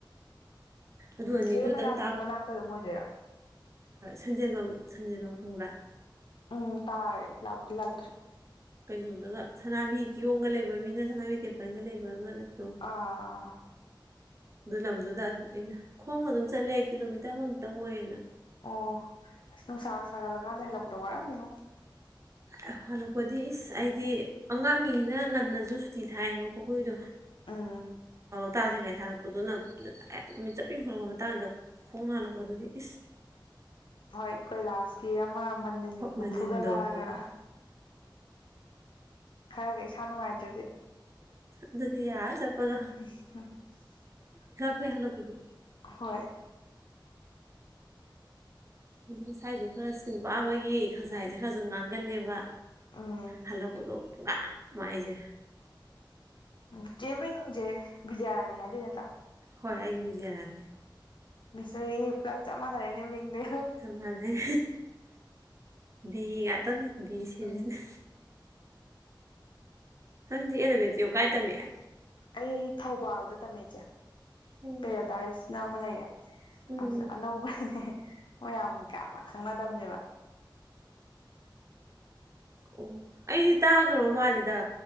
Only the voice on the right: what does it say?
ꯑꯗꯨ
ꯑꯅꯤꯗꯨꯗꯪ
ꯁꯟꯖꯦꯜꯕꯝ ꯁꯟꯖꯦꯜꯕꯝ ꯈꯣꯡꯕ꯭ꯔꯥ
ꯀꯩꯅꯣꯗꯨꯒ ꯁꯅꯥꯃꯤꯍꯤ ꯀꯤꯌꯣꯡꯒ ꯂꯩꯕ ꯃꯤꯅ ꯁꯅꯥꯃꯤꯍꯤ ꯇꯦꯝꯄꯜꯒ ꯂꯩꯕ ꯑꯃ ꯂꯩꯕꯗꯣ
ꯑꯗꯨ ꯂꯝꯗꯨꯗ ꯑꯩꯅ ꯈꯣꯡꯅ ꯗꯨꯝ ꯆꯠꯂꯦ ꯀꯤꯂꯣꯃꯤꯇꯔ ꯑꯃꯨꯛꯇꯪ ꯑꯣꯏꯅ
ꯑꯦ ꯍꯜꯂꯛꯄꯗꯤ ꯏꯁ ꯑꯩꯗꯤ ꯑꯉꯥꯡꯒꯤꯅꯤꯅ ꯉꯟꯅꯖꯨ ꯁꯨꯇꯤ ꯊꯥꯏꯕꯀꯣ ꯈꯣꯏꯒꯤꯗꯣ
ꯇꯥꯗ꯭ꯔꯤꯉꯩ ꯊꯥꯔꯛꯄꯗꯨꯅ <unintelligible> ꯅꯨꯃꯤꯠ ꯆꯞ ꯌꯨꯡꯈꯠꯂꯛꯄ ꯃꯇꯥꯡꯗ ꯈꯣꯡꯅ ꯍꯜꯂꯛꯄꯗꯨꯗꯤ ꯏꯁ
ꯃꯅꯤꯟꯗꯣ
ꯍꯣ
ꯗꯨꯗꯤ ꯌꯥꯔ
ꯆꯠꯄꯒ ꯍꯣꯏ ꯍꯜꯂꯛꯄꯗꯨ
ꯍꯥꯏꯗꯤ ꯃꯁꯥꯏꯖꯨ ꯈꯔ ꯏꯁꯀꯤꯟ ꯄꯥꯕꯒꯤ ꯈꯖꯥꯏ ꯍꯥꯏꯖꯦ ꯈꯖꯨ ꯉꯥꯡꯒꯜꯂꯦꯕ
ꯍꯜꯂꯛꯄꯗꯣ ꯄꯨꯨꯉꯥꯡ ꯃꯥꯏꯖꯦ
ꯍꯣꯏ ꯑꯩꯒꯤ ꯕꯤꯖꯌ꯭ꯥ ꯔꯥꯅꯤ
ꯆꯞ ꯃꯥꯟꯅꯩ ꯗꯤ ꯉꯥꯠ ꯇꯅꯤ ꯕꯤ ꯁꯦꯔꯤꯁꯅꯦ
ꯅꯪꯗꯤ ꯑꯦꯂꯕꯦꯟ ꯇꯨꯌꯦꯞ ꯀꯥꯏ ꯇꯝꯃꯛꯏ
ꯑꯣ
ꯎꯝ
ꯑꯣ ꯑꯩꯗꯤ ꯇꯥꯒꯔ꯭ ꯕ ꯃꯥꯜꯂꯤꯗ